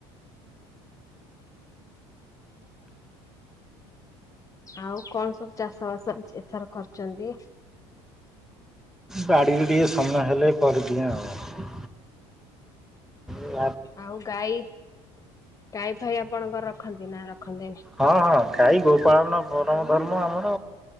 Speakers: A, on the left (about 25°); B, in the centre.
A: ଆଉ କଣ ସବୁ ଚାଷ ବାସ ଏଥର କରିଛନ୍ତି
B: ବାଡିରେ ଟିକେ ସମୟ ହେଲେ କରିଦିଏ ଆଉ <unintelligible>
A: ଆଉ ଗାଈ ଗାଈ ଫାଇ ଆପଣଙ୍କର ରଖନ୍ତି ନା ରଖନ୍ତିନି?
B: ହଁ ହଁ ଗାଈ ଗୋପାଳନ ପରମ ଧର୍ମ ଆମର